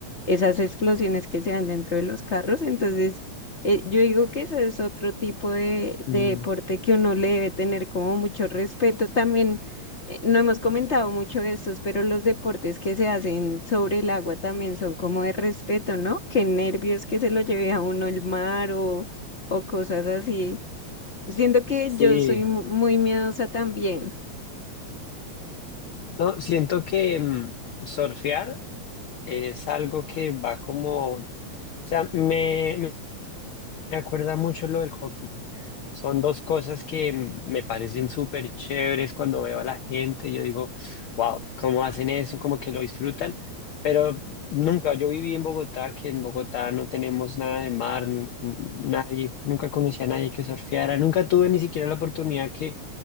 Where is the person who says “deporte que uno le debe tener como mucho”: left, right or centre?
Left